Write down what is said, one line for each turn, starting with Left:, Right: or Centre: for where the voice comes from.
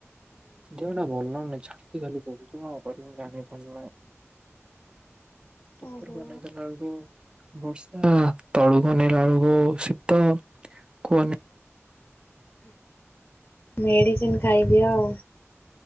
Right: ଦେହଟା ଭଲ ଲାଗୁନି ଛାତି ଖାଲି ପୋଡୁଛି କଣ କରିବି ଜାଣି ପାରୁନି? ଉପରକୁ
Left: ଓହୋ
Right: ଅନେଇ ଦେଲା ବେଳକୁ ବର୍ଷା ତଳୁକୁ ଅନେଇଲ ବେଳୁକୁ ଶୀତ କୁହନି
Left: ମେଡିସିନ ଖାଇଦିଅ ଆଉ